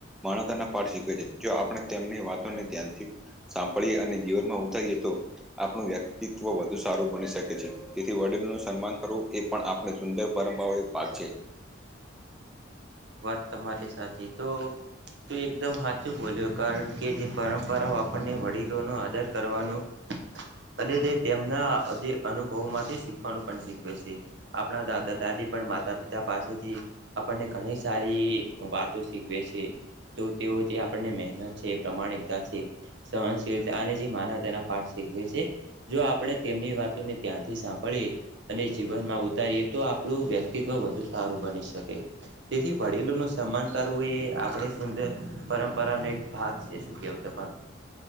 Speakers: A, in the centre; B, on the right.
A: માનવતાના પાઠ શીખવે છે જો આપણે તેમની વાતોને ધ્યાનથી સાંભળીએ અને જીવનમાં ઉતારીએ તો આપણું વ્યક્તિત્વ વધુ સારું બની શકે છે. તેથી વડીલો નું સન્માન કરવું. એ પણ આપણે સુંદર પરંબા એક ભાગ છે.
B: વાત તમારી સાચી તો તું એકદમ હાચુ બોલ્યો કારણ કે જે પરંપરાઓ આપણને વડીલોનો આદર કરવાનું
A: <inaudible>
B: અને તે તેમના અધિ અનુભવ માંથી શીખવાનું પણ શીખવે છે. આપણા દાદા દાદી પણ માતા પિતા પાસેથી આપણને ઘણી સારી વાતો શીખવે છે. તો તેઓ જે આપણને મહેનત છે પ્રમાણિકતા છે. સહનશીલતા અને જે માનવતાના પાઠ શીખવે છે. જો આપણે તેમની વાતોને ધ્યાન સાંભળીએ. અને જીવનમાં ઉતારીએ તો આપણું વ્યક્તિત્વ વધુ સારું બની શકે. તેથી વડીલોનું સન્માન કરવું એ આપણે સુંદર એક પરંપરા નો એક ભાગ છે શું કેહેવું તમારું.